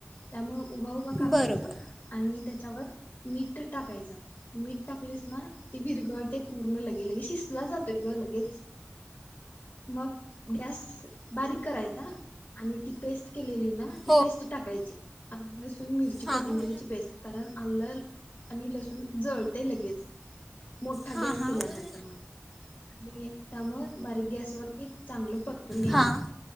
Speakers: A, on the left; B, in the centre.
A: त्यामुळ उभा उभा कापायच
B: बरोबर
A: आणि त्या त्याच्यावर मीठ टाकायचं मीठ टाकलेस ना ते विरगळतय पूर्ण, लगे लगे शिजला जातोय ग लगेच मग गॅस बारीक करायचा आणि ती पेस्ट केलेली ना ती
B: हो
A: पेस्ट टाकायची आलं लसूण मिरची
B: हां
A: कोथिंबिरीची
B: हां
A: पेस्ट कारण आलं आणि लसूण जळतय लगेच मोठा
B: हां
A: गॅस
B: हां
A: केल्यानंतरन आणि त्यामुळ बारीक गॅसवरती चांगलं परत वतुन घ्यायचं
B: हां